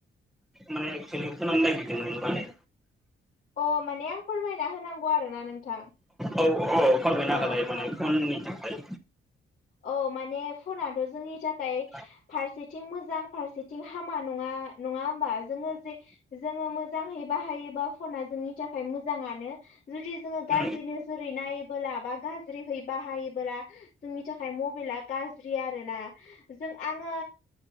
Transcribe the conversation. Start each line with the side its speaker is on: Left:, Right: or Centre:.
Centre: माने खलिखौ <unintelligible> आलादों <unintelligible> मालाय
Left: अ माने आं फोरमायना होनांगौ आरोना नोंथां
Centre: औ औ फोरमायनो
Left: औ
Centre: होलाय माने
Left: औ
Centre: फननि थाखाय
Left: औ माने फनाथ' जोंनि थाखाय
Centre: <unintelligible>
Left: फारसेथिं मोजां फारसेथिं हामा नङा नङा होमबा जोङो जे जोङो मोजाङै बाहायोबा फना जोंनि थाखाय मोजाङानो जुदि जोङो गाज्रि
Centre: औ
Left: नोजोरै नायोबोला बा गाज्रियै बाहायोबोला जोंनि थाखाय मबाइला गाज्रि आरोना जों आङो